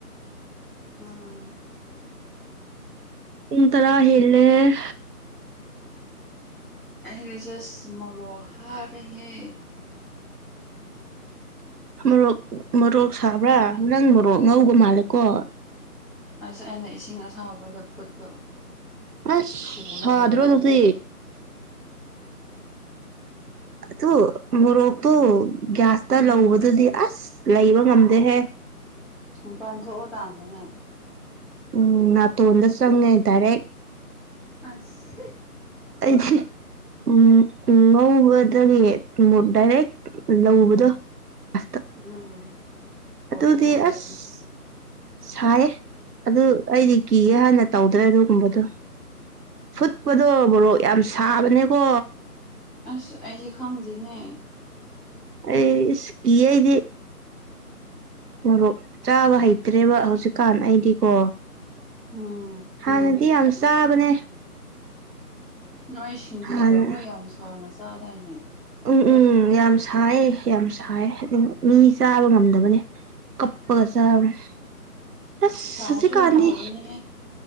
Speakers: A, in the centre; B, on the right.
A: ꯎꯝ
B: ꯀꯟ ꯇꯔꯥ ꯍꯂ‌ꯦ
A: ꯑꯖꯁ ꯃꯔꯣꯍꯔ ꯍꯦ
B: ꯃꯣꯔꯣꯛ ꯃꯣꯔꯣꯛ ꯁꯥꯕ꯭ꯔꯥ ꯅꯪ ꯃꯣꯔꯣꯛ ꯉꯧꯕ ꯃꯥꯜꯂꯦꯀꯣ
A: ꯑꯁ ꯑꯩꯅ ꯏꯁꯤꯡ ꯑꯁꯥꯎꯕꯗ ꯐꯨꯠꯄ
B: ꯑꯁ
A: ꯊꯨꯅꯕꯅ
B: ꯁꯥꯗ꯭ꯔꯣ ꯑꯗꯨꯁ ꯑꯗꯨ ꯃꯣꯔꯣꯛꯇꯨ ꯒ꯭ꯌꯥꯁꯇ
A: ꯎꯝ
B: ꯂꯧꯕꯗꯨꯗꯤ ꯑꯁ ꯂꯩꯕ ꯉꯝꯗꯦꯍꯦ
A: ꯃꯄꯟ ꯊ‌ꯣꯛ ꯑꯣ ꯇꯥꯟꯕꯅ‌ꯦ
B: ꯎꯝ ꯅꯇꯣꯗ ꯆꯪ ꯑꯦ ꯗꯥꯏꯔꯛ
A: ꯑꯁ
B: ꯑꯩꯗꯤ ꯎꯝ ꯉꯕꯗꯗꯥꯏꯔꯦ ꯂꯧꯕꯗꯣ ꯑ
A: ꯎꯝ ꯑꯣꯏꯗꯤ
B: ꯇꯗꯤ
A: ꯑꯣꯏꯕꯅꯦ
B: ꯑꯁ ꯁꯥꯏꯌꯦ ꯑꯗꯨ ꯑꯩꯗꯤ ꯀꯤꯒꯦ ꯍꯥꯟꯅ ꯇꯧꯗ꯭ꯔꯦ ꯑꯗꯨꯒꯨꯝꯕꯗꯣ ꯐꯨꯠꯄꯗꯣ ꯃꯕꯣꯔꯣꯛ ꯌꯥꯝ ꯁꯥꯕꯅꯦꯀꯣ
A: ꯑꯁ ꯑꯩꯗꯤ ꯈꯪꯗꯦꯅꯦ
B: ꯑꯩ ꯏꯁꯀꯤꯌ‌ꯦ ꯑꯩꯗꯤ ꯃꯣꯔꯣꯛ ꯆꯥꯕ ꯍꯩꯇ꯭ꯔꯦꯕ ꯍꯧꯖꯤꯛꯀꯥꯟ ꯑꯩꯗꯤꯀꯣ
A: ꯎꯝ
B: ꯍ ꯟꯅꯗꯤ ꯌꯥꯝ ꯆꯥꯕꯅ‌ꯦ
A: ꯅꯣꯏ ꯁꯤꯡꯖꯨ
B: ꯍꯥꯟꯅ
A: ꯇꯧꯔꯒ ꯌꯥꯝ ꯁꯥꯅ ꯆꯥꯗꯥꯏꯅꯦ
B: ꯎꯝ ꯎꯝ ꯌꯥꯝ ꯁꯥꯏ ꯌꯥꯝ ꯁꯥꯏ ꯍꯥꯏꯗꯤ ꯃꯤ ꯆꯥꯕ ꯉꯝꯗꯕꯅꯦ ꯀꯞꯄ ꯆꯥꯕꯅ‌ꯦ ꯑꯁ
A: ꯁꯥꯔꯁꯨ
B: ꯍꯧꯖꯤꯛꯀꯜꯗꯤ
A: ꯍꯥꯎꯕꯅꯦꯍꯦ